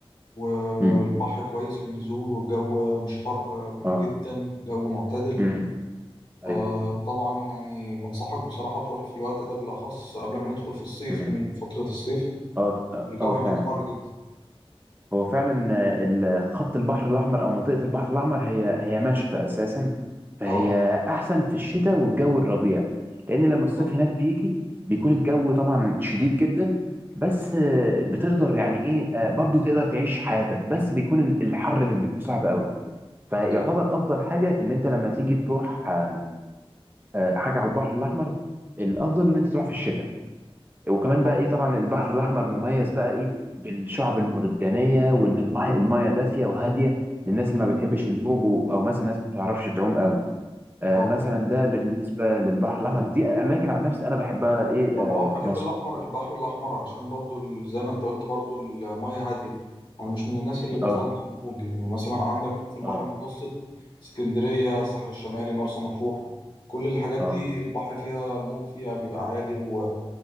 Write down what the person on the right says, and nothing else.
مم.
آه.
مم. أيوه
مم.
آه
آه
فعلا
هو فعلا آه، ال- خط البحر الأحمر أو منطقة البحر الأحمر هي هي مشتى أساسا فهي
أحسن في الشتاء والجو الربيع لأن لما
الصيف هناك بيجي بيكون الجو طبعا شديد جدا بس آه، بتقدر يعني إيه آه، برضو تقدر تعيش حياتك بس بيكون ال- الحر اللي بيكون صعب قوي فيعتبر
أفضل حاجة إن أنت لما تيجي تروح آه، آه، حاجة على البحر الأحمر الأفضل إن أنت تروح في الشتاء وكمان بقى
ايه طبعا البحر الاحمر مميز بقى ايه بالشعب المرجانيه وان الماء المايه دافيه وهاديه للناس اللي ما بتحبش الموج و- او مثلا الناس ما بتعرفش تعوم قوي آه
مثلا ده بالنسبه للبحر الاحمر دي اماكن عن نفسي انا بحبها ايه
آه
في
مصر
اه
اه
اه